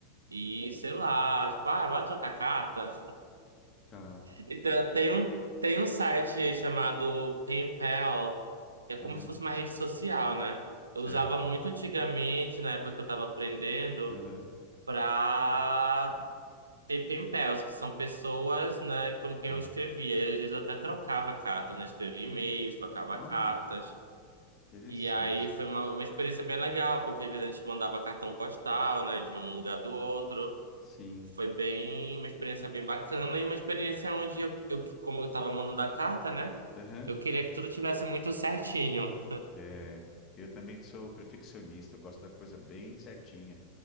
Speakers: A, on the right; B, on the left.
A: e, sei lá, tipo, ah, vai trocar carta.
B: tá.
A: Então, tem um, tem um site chamado PenPal, que é como
B: Aham,
A: se fosse uma rede social, né?
B: certo.
A: Eu usava muito antigamente, na época que eu estava aprendendo,
B: Aham,
A: para ter PenPals, que são pessoas, né, com quem
B: tá.
A: eu escrevia. E às vezes eu até trocava cartas, né? Escrevia e-mails, trocava
B: Olha,
A: cartas.
B: interessante.
A: E aí foi uma, uma experiência bem legal, porque às vezes a gente mandava cartão postal, né, de um lugar do outro.
B: Sim.
A: Foi bem, uma experiência bem bacana e uma experiência onde eu, eu- como eu tava mandando a carta, né?
B: Aham,
A: Eu queria que tudo tivesse muito certinho.
B: é. Eu também sou perfeccionista, eu gosto da coisa bem certinha.